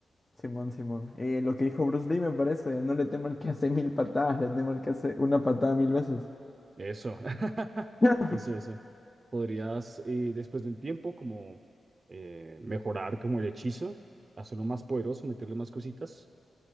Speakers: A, on the left; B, on the right.
A: Simón, Simón. Eh, lo que dijo Bruce Lee me parece. No le temo al que hace mil patadas, le temo al que hace una patada mil veces.
B: Eso, <laughs>
A: <laughs>
B: eso, eso. Podrías, eh, después de un tiempo, como eh, mejorar como el hechizo, hacerlo más poderoso, meterle más cositas.